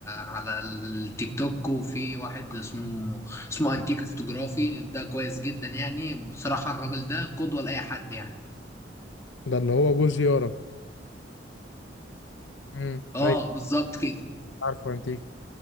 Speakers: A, on the left; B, on the left.
A: على التيك توك وفي واحد اسمه اسمه انتيكا فوتوغرافي ده كويس جدا يعني بصراحة الراجل ده قدوة لأي حد يعني
B: ده اللي هو جوز يارا امم
A: اه
B: ايوه
A: بالظبط كده ان
B: عارفه انتيكا